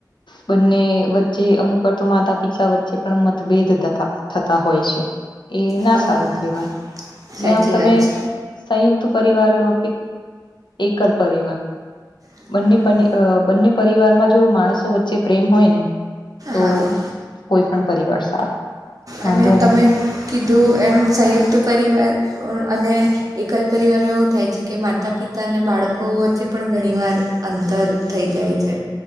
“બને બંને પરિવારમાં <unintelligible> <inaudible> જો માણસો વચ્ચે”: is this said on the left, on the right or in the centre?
Left